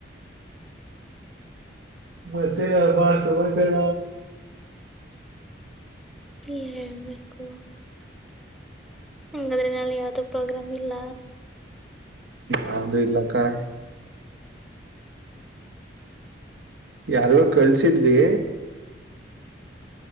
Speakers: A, on the right; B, in the centre.
A: ಮತ್ತೆ ಮಾಡ ಸಮಯ ಚಡ
B: ಹೇಬೇಕು ಹಂಗಾದ್ರೆ ನಲ್ಲಿ ಯಾವ್ದು ಪ್ರೋಗ್ರಾಮ್ ಇಲ್ಲ
A: ಯಾದುೂ ಇಲ್ಲ ಕರೆ ಯಾರಿಗೋ ಕಳ್ಸಿದ್ವಿ